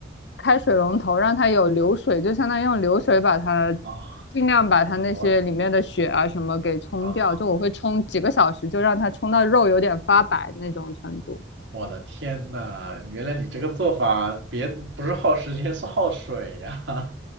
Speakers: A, on the left; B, on the right.
A: 开水龙头让它有流水，就相当于用流水把它
B: 啊，
A: 尽量把它那些里面的血啊什么给冲掉，
B: 我懂了，我懂啊。
A: 就我会冲几个小时，就让它冲到肉有点发白那种程度。
B: 我的天呐，原来你这个做法别不是耗时间，是耗水呀、